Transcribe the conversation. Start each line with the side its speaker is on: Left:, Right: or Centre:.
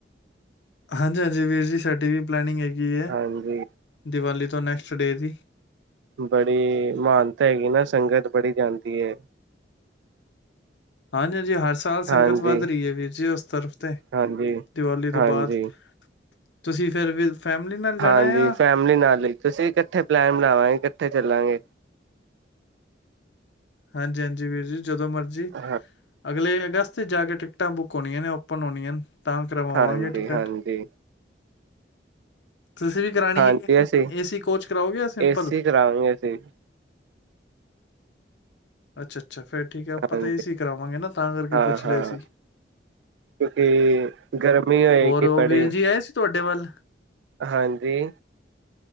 Left: ਹਾਂਜੀ ਹਾਂਜੀ ਵੀਰ ਜੀ ਸਾਡੀ ਵੀ ਪਲੈਨਿੰਗ ਹੈਗੀ। ਕਿ ਏ,
Right: ਹਾਂਜੀ
Left: ਦੀਵਾਲੀ ਤੋਂ ਤ ਨੈਕਸਟ ਡੇ ਦੀ
Right: ਬੜੀ ਮਹਾਨਤਾ ਹੈਗੀ ਨਾ ਸੰਗਤ ਬੜੀ ਜਾਂਦੀ ਹੈ।
Left: ਹਾਂਜੀ ਹਾਂਜੀ ਹ ਸਾ ਸਾਧ ਸਾਦ ਸੰਗਤ
Right: ਹਾਂਜੀ
Left: ਵੱਧ ਰਹੀ ਹੈ। ਵੀਰ ਜੀ ਉਸ ਤਰਫ਼ ਤੇ
Right: ਹਾਂਜੀ
Left: ਦੀਵਾਲੀ ਤੋਂ
Right: ਹਾਂਜੀ
Left: ਬਾਅਦ ਤੁਸੀਂ ਫੇਿਰ ਵੀ ਫੈਮਿਲੀ ਨਾਲ ਜਾਣਾ
Right: ਹਾਂਜੀ
Left: ਆ
Right: ਫੈਮਿਲੀ ਨਾਲ ਹੀ ਤੁਸੀਂ ਇਕੱਠੇ ਪਲੈਨ ਬਣਾਵਾਂਗੇ। ਕਿੱਥੇ ਚੱਲਾਂਗੇ।
Left: ਹਾਂਜੀ ਹਾਂਜੀ ਵੀਰ ਜੀ ਜਦੋਂ ਮਰਜ਼ੀ
Right: ਹਾਂ
Left: ਅਗਲੇ ਅਗਸਤ ' ਜਾ ਕੇ ਟਿਕਟਾਂ ਬੁੱਕ ਹੋਣੀਆਂ ਨੇ ਓਪਨ ਹੋਣੀਆਂ। ਤਾਂ ਕਰਵਾਵਾਂਗੇ
Right: ਹਾਂਜੀ
Left: ਟਿਕਟ
Right: ਹਾਂਜੀ
Left: ਤੁਸੀਂ ਵੀ ਕਰਾਣੀ
Right: ਹਾਂਜੀ
Left: ਹੈ
Right: ਅਸੀਂ
Left: ਏਸੀ ਕੋਚ ਕਰਾਓਗੇ ਸਿੰਪਲ
Right: ਏਸੀ ਕਰਾਵਾਂਗੇ ਅਸੀਂ
Left: ਅੱਛਾ, ਅੱਛਾ ਅੱਛਾ ਫੇਿਰ ਠੀਕ ਹੈ ਆਪਾਂ
Right: ਹਾਂਜੀ
Left: ਤਾਂ ਇਹ ਸੀ ਕਰਾਵਾਂਗੇ ਨਾ ਤਾਂ ਕਰਕੇ
Right: ਹਾਂ
Left: ਪੁੱਛ ਰਹੇ
Right: ਹਾਂ
Left: ਸੀ
Right: ਕਿਉਂਕਿ ਗਰਮੀ ਹੋਏਗੀ
Left: ਹੋਰ
Right: ਬੜੀ
Left: ਵੀਰ ਜੀ ਆਏ ਸੀ ਤੁਹਾਡੇ ਵੱਲ <inaudible>
Right: ਹਾਂਜੀ